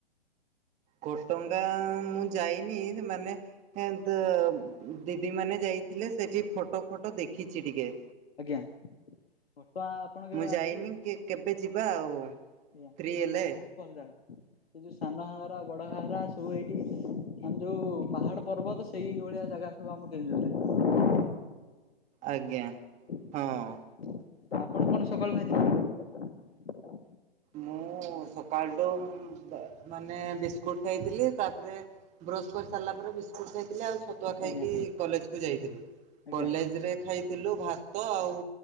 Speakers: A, on the right; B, on the left.
A: ଘଟଗାଁ ମୁଁ ଯାଇନି ମାନେ <unintelligible> ଦିଦି ମାନେ ଯାଇଥିଲେ ସେଠି ଫଟୋ-ଫଟୋ ଦେଖିଛି ଟିକେ।
B: ଆଜ୍ଞା। ଘଟଗାଁ ଆପଣ କେବେ
A: ମୁଁ
B: ଆସିବେ
A: ଯାଇନି, କେବେ ଯିବା ଆଉ
B: ଆଜ୍ଞା
A: ଫ୍ରୀ ହେଲେ।
B: ନା ବହୁତ ଭଲ ଜାଗା ସେ ଯୋଉ ସାନ ଘାଗରା ବଡ ଘାଗରା ସବୁ ଏଇଠି ଆମେ ଯୋଉ ପାହାଡ ପର୍ବତ ସେଇଭଳିଆ ଜାଗା ସବୁ ଆମ କେଉଁଝର ରେ।
A: ଆଜ୍ଞା
B: ଆଜ୍ଞା
A: ହଁ।
B: ଆପଣ କଣ ସକାଳୁ ଖାଇଥିଲେ?
A: ମୁଁ ସକାଳଠୁ ମାନେ ବିସ୍କୁଟ ଖାଇଥିଲି ତାପରେ ବ୍ରସ୍ କରି ସାରିଲା ପରେ ବିସ୍କୁଟ ଖାଇଥିଲି ଆଉ ଛ ଛତୁଆ ଖାଇକି
B: ଆଜ୍ଞା
A: କଲେଜ କୁ ଯାଇଥିଲୁ
B: ଆଜ୍ଞା
A: କଲେଜରେ ଖାଇଥିଲୁ ଭାତ ଆଉ